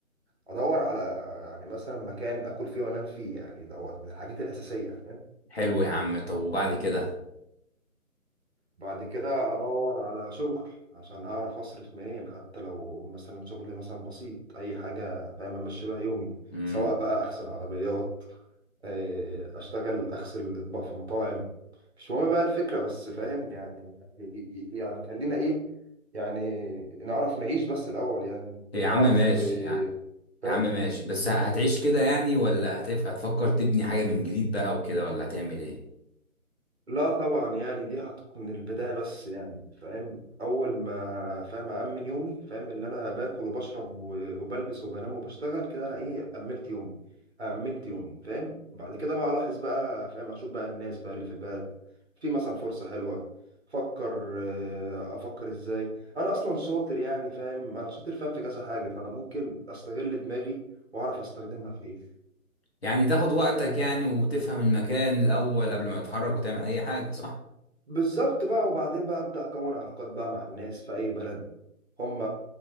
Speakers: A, on the right; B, on the left.
A: ادور على يعني مثلا مكان اكل فيه وانام فيه يعني دوت من الحاجات الاساسيه
B: حلو يا عم طب وبعد كده
A: بعد كده ادور على شغل عشان اعرف اصرف منين حتى لو مثلا شغل مثلا بسيط اي حاجه فاهم امشي بيها يومي
B: امم
A: سواء بقى اغسل عربيات إيه، اشتغل اغسل اطباق في المطاعم مش مهم بقى الفكره بس فاهم يعني يعني خلينا ايه يعني نعرف نعيش بس الاول يعني
B: يا عم
A: نعرف
B: ماشي
A: إيه،
B: يعني
A: فاهم
B: يا عم ماشي بس ه- هتعيش كده يعني ولا هتف... هتفكر تبني حاجة من جديد بقى وكده ولا هتعمل ايه
A: لا طبعا يعني دي هتكون البداية بس يعني فاهم أول ما فاهم أأمن يومي فاهم اللي أنا باكل وبشرب و- وبلبس وبنام وبشتغل كده أنا إيه أملت يومي أمنت يومي فاهم بعد كده بقى ألاحظ بقى فاهم أشوف بقى الناس بقى اللي في البلد في مثلا فرصة حلوة أفكر آه، أفكر إزاي أنا أصلا شاطر يعني فاهم أنا شاطر فاهم في كذا حاجة فأنا ممكن أستغل دماغي وأعرف أستخدمها في إيه
B: يعني تاخد وقتك يعني وتفهم المكان الأول قبل ما تتحرك وتعمل أي حاجة صح
A: بالظبط بقى وبعدين بقى ابدا اكون علاقات بقى مع الناس في اي بلد هم